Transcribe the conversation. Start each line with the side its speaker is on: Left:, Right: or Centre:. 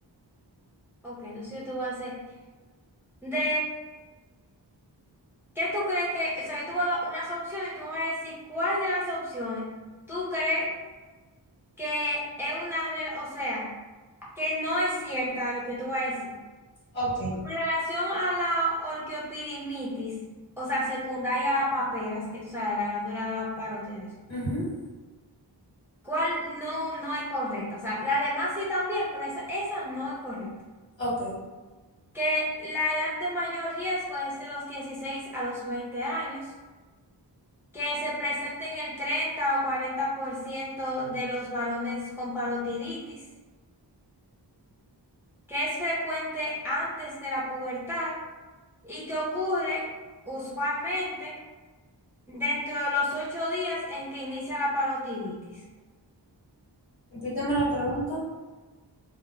Centre: Ok, entonces yo te voy a hacer. De, ¿qué tú crees que, o sea, yo te voy a dar unas opciones y tú me vas a decir cuál de las opciones tú crees que es una, re- o sea, que no es cierta lo que yo te voy a decir.
Left: Ok,
Centre: En relación a la orquiopidimitis, o sea, secundaria a paperas, que tú sabes, la glándula parótida, eso,
Left: ujú,
Centre: ¿cuál no, no es correcta? O sea, la demás sí también, pero esa, esa no es correcta.
Left: ok.
Centre: Que la edad de mayor riesgo es de los 16 a los 20 años, que se presenta en el 30 o 40% de los varones con parotiditis, que es frecuente antes de la pubertad y que ocurre usualmente. dentro de los ocho días en que inicia la parotiditis.
Left: Repítame la pregunta,